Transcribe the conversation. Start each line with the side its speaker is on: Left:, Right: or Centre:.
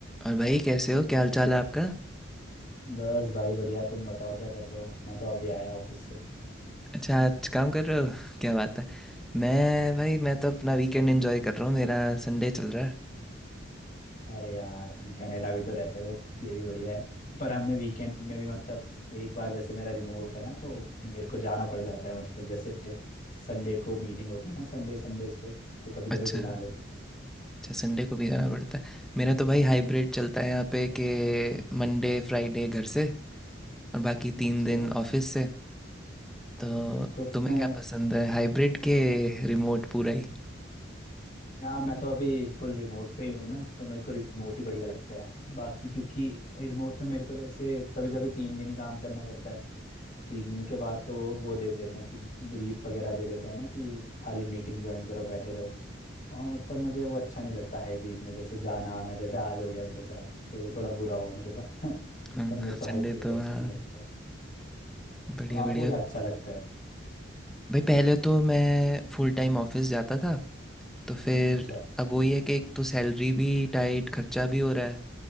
Centre: और भाई कैसे हो क्या हाल चाल है आपका
Left: बस भाई बढ़िया तुम बताओ क्या कर रहे हो मैं तो अभी आया ऑफिस से
Centre: अच्छा आज काम कर रहे हो <laughs> क्या बात है मैं भाई मैं तो अपना वीकेंड एंजॉय कर रहा हूँ मेरा संडे चल रहा है
Left: अरे यार तुम कनाडा भी तो रहते हो ये भी बढ़िया है पर हमें वीकेंड में भी मतलब एक बार जैसे मेरा रिमोट है ना तो मेरे को जाना पड़ जाता है मतलब जैसे संडे को मीटिंग होती है ना संडे संडेज को तो कभी कभी
Centre: अच्छा
Left: बुला लेते हो
Centre: अच्छा संडे को भी जाना पड़ता है मेरा तो भाई हाइब्रिड
Left: हम्म,
Centre: चलता है यहाँ पे कि मंडे फ्राइडे घर से और बाकी
Left: अच्छा
Centre: तीन दिन ऑफिस से तो
Left: तो
Centre: तुम्हें
Left: मैं
Centre: क्या पसंद है हाइब्रिड के रिमोट पूरा ही
Left: यार मैं तो अभी फुल रिमोट पे ही हूँ ना तो मेरे को रिमोट ही बढ़िया लगता है बाकी क्योंकि रिमोट में मेरे को जैसे कभी कभी तीन दिन ही काम करना पड़ता है तीन दिन के बाद तो वो दे देते हैं कि ब्रीफ वगैरह दे देते हैं ना कि खाली मीटिंग ज्वाइन करो बैठे रहो और मतलब मुझे वो अच्छा नहीं लगता हाइब्रिड में जैसे जाना आना जैसे आज हो गया मेरे साथ तो ये थोड़ा बुरा हुआ मेरे साथ <laughs>
Centre: हाँ,
Left: तब मेरे को
Centre: संडे
Left: हाइब्रिड
Centre: तो
Left: अच्छा
Centre: हाँ
Left: नहीं लगता है
Centre: बढ़िया
Left: तो आपको
Centre: बढ़िया
Left: क्या अच्छा लगता है
Centre: भाई पहले तो मैं फुल टाइम ऑफिस जाता था तो फिर
Left: अच्छा
Centre: अब वही है कि एक तो सैलरी भी टाइट खर्चा भी हो रहा है